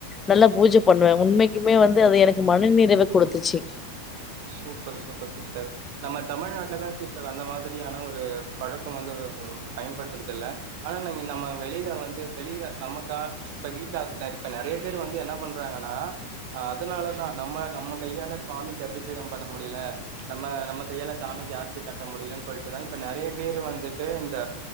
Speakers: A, on the left; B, on the right.
A: நல்லா பூஜ பண்ணுவ உண்மைக்குமே வந்து அது எனக்கு மன நிறைவ குடுத்துச்சு
B: சூப்பர் சூப்பர் சிஸ்டர் நம்ம தமிழ்நாட்டுல தா சிஸ்டர் அந்த மாதிரியான ஒரு பழக்கம் வந்து பயன்படுத்துறது இல்ல ஆனா இங்க நம்ம வெளில வந்து வெளில நமக்கா இப்ப வீட்ல இப்ப நறைய பேர் வந்து என்ன பண்றாங்கன்னா அ அதனால தான் நம்ம நம்ம கையால சுவாமிக்கு அபிஷேகம் பண்ண முடில நம்ம நம்ம கையால சாமிக்கு ஆர்த்தி கட்ட முடியலன் சொல்ட்டுதா இப்ப நறைய பேரு வந்துட்டு இந்த